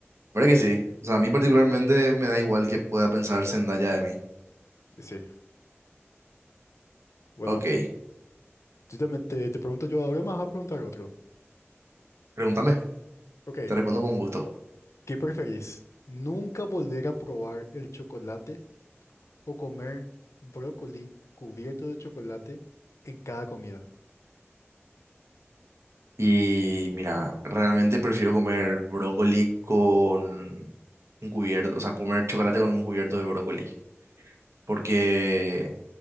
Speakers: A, on the right (about 70°); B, on the left (about 85°).
A: ¿Verdad que sí? O sea, a mí particularmente me da igual que pueda pensar Zendaya de mí.
B: Y sí. Bueno,
A: Ok,
B: yo también te, te pregunto yo ahora, me vas a preguntar otro.
A: pregúntame,
B: Ok,
A: te respondo con gusto.
B: ¿qué preferís? ¿Nunca volver a probar el chocolate? o comer brócoli cubierto de chocolate en cada comida.
A: Y mira, realmente prefiero comer brócoli con un cubierto, o sea, comer chocolate con un cubierto de brócoli, porque